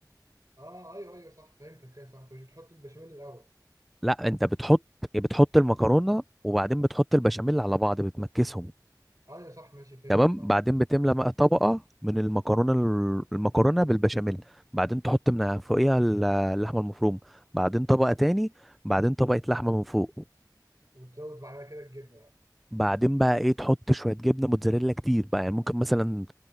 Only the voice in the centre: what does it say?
لا انت بتحط بتحط المكرونه وبعدين بتحط البشاميل على بعض بتمكسهم
تمام
بعدين بتملى بقى طبقه من المكرونه ال- المكرونه بالبشاميل بعدين تحط من فوقيها ال- اللحمه المفرومه بعدين طبقه تاني بعدين طبقه لحمه من فوق
بعدين بقى ايه تحط شويه جبنه موتزاريلا كتير بقى يعني ممكن مثلا